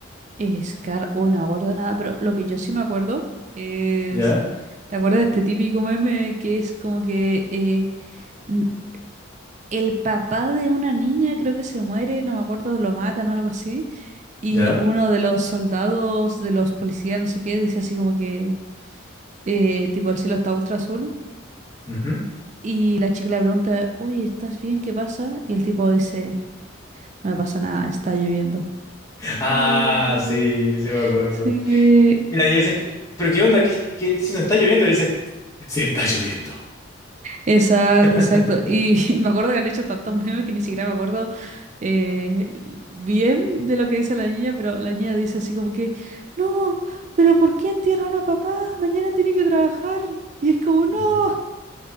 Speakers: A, on the right (about 35°); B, on the left (about 15°).
A: El Scar, oh, no me acuerdo de nada, pero lo que yo sí me acuerdo es.
B: ¿Ya?
A: ¿Te acuerdas de este típico meme que es como que eh, n- el papá de una niña creo que se muere, no me acuerdo, lo matan o algo así? Y
B: ¿Ya?
A: uno de los soldados, de los policías, no sé qué, dice así como que, eh, tipo, el cielo está ultra azul.
B: Ujú.
A: Y la chica le pregunta, oye, ¿estás bien? ¿Qué pasa? Y el tipo dice, no me pasa nada, está lloviendo.
B: Ah,
A: Turururú.
B: sí, sí me acuerdo.
A: Sí,
B: Y la niña dice, ¿pero qué onda? ¿Qué, qué- si no está lloviendo? Y él dice, sí está lloviendo.
A: exacto,
B: <laughs>
A: exacto. Y <laughs> me acuerdo que han hecho tantos memes que ni siquiera me acuerdo eh, bien de lo que dice la niña, pero la niña dice así como que, no, pero ¿por qué entierran a papá? Mañana tiene que trabajar. Y es como, no.
B: Ujú.